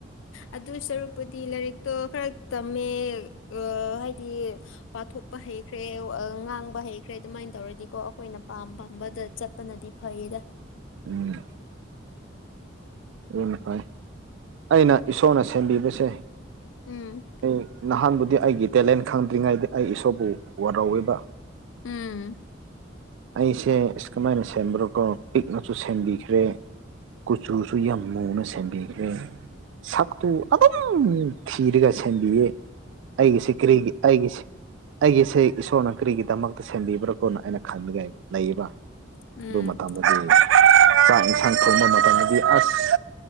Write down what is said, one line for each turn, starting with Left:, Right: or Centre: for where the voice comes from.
Left: ꯑꯗꯨ ꯁꯔꯨꯛꯄꯨꯗꯤ ꯂꯥꯏꯔꯤꯛꯇꯣ ꯈꯔ ꯇꯝꯃꯦ ꯑ ꯍꯥꯏꯗꯤ ꯄꯥꯊꯣꯛꯄ ꯍꯩꯈ꯭ꯔꯦ ꯑ ꯉꯥꯡꯕ ꯍꯩꯈ꯭ꯔꯦ ꯑꯗꯨꯝꯃꯥꯏꯟ ꯇꯧꯔꯗꯤꯀꯣ ꯑꯈꯣꯏꯅ ꯄꯥꯝ ꯄꯥꯝꯕꯗ ꯆꯠꯄꯅꯗꯤ ꯐꯩꯌꯦꯗ
Right: ꯎꯝ ꯑꯗꯨꯅ‌ ꯐꯩ ꯑꯩꯅ ꯏꯁꯣꯔꯅ ꯁꯦꯝꯕꯤꯕꯁꯦ
Left: ꯎꯝ
Right: ꯑꯩ ꯅꯍꯥꯟꯕꯨꯗꯤ ꯑꯩꯒꯤ ꯇꯦꯂꯦꯟ ꯈꯪꯗ꯭ꯔꯤꯉꯩꯗꯤ ꯑꯩ ꯏꯁꯣꯔꯕꯨ ꯋꯥꯔꯧꯋꯦꯕ
Left: ꯎꯝ
Right: ꯑꯩꯁꯦ ꯑꯁ ꯀꯃꯥꯏꯅ ꯁꯦꯝꯕ꯭ꯔꯣ ꯀꯣ ꯄꯤꯛꯅꯁꯨ ꯁꯦꯝꯕꯤꯈ꯭ꯔꯦ ꯀꯨꯆꯨꯁꯨ ꯌꯥꯝ ꯃꯨꯅ ꯁꯦꯝꯕꯤꯈ꯭ꯔꯦ ꯁꯛꯇꯨ ꯑꯗꯨꯝ ꯊꯤꯔꯒ ꯁꯦꯝꯕꯤꯌꯦ ꯑꯩꯒꯤꯁꯦ ꯀꯔꯤ ꯑꯩꯒꯤꯁꯦ ꯑꯩꯒꯤꯁꯦ ꯏꯁꯣꯔꯅ ꯀꯔꯤꯒꯤꯗꯃꯛꯇ ꯁꯦꯝꯕꯤꯕ꯭ꯔꯣ ꯀꯣꯅꯣ ꯑꯩꯅ ꯈꯟꯕꯒꯤ ꯂꯩꯌꯦꯕ
Left: ꯎꯝ
Right: ꯑꯗꯨ ꯃꯇꯝꯗꯗꯤ ꯆꯥꯛ ꯢꯟꯁꯥꯡ ꯊꯣꯡꯕ ꯃꯇꯝꯗꯗꯤ ꯑꯁ